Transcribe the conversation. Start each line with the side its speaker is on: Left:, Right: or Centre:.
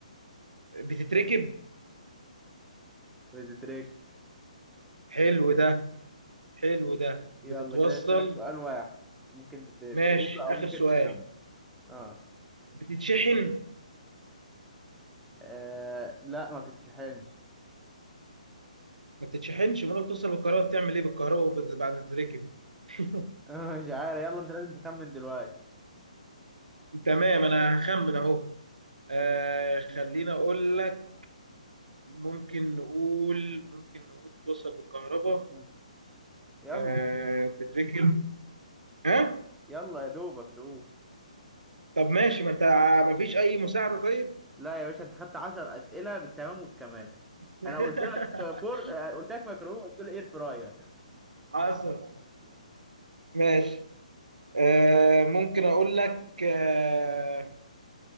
Right: بتتركب
Centre: بتتريك
Right: حلو ده حلو ده
Centre: يلا
Right: بتتوصل
Centre: كده لسه لك سؤال واحد ممكن ت- تقوله
Right: ماشي آخر
Centre: او ممكن
Right: سؤال
Centre: تخمن اه,
Right: بتتشحن
Centre: آه لا ما بتتشحنش
Right: ما بتتشحنش امال بتوصل بالكهرباء بتعمل ايه بالكهرباء وبت- بعد ما تتركب <laughs>
Centre: <laughs> آه، مش عارف يلا انت لازم تخمن دلوقتي
Right: تمام انا هخمن اهو آه خلينا اقول لك ممكن نقول ممكن نقول بتوصل بالكهرباء
Centre: مم. يلا
Right: آه بتتركب ها
Centre: يلا يا دوبك تقول
Right: طب ماشي ما انت آه، ما فيش اي مساعدة طيب
Centre: لا يا باشا انت خدت 10 أسئلة بالتمام والكمال
Right: <laughs>
Centre: انا قلت لك فور آه، قلت لك ميكروويف قلت له اير فراير
Right: حصل ماشي آه ممكن اقول لك آه